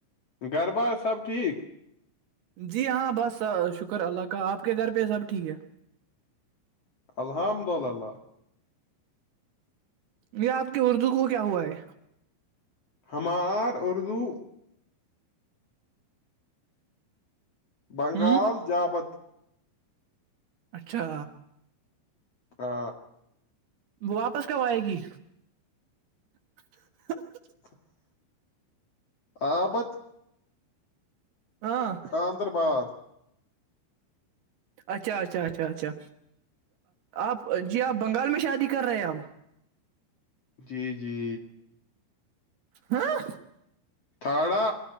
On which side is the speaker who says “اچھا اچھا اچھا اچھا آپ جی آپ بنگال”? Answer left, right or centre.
Right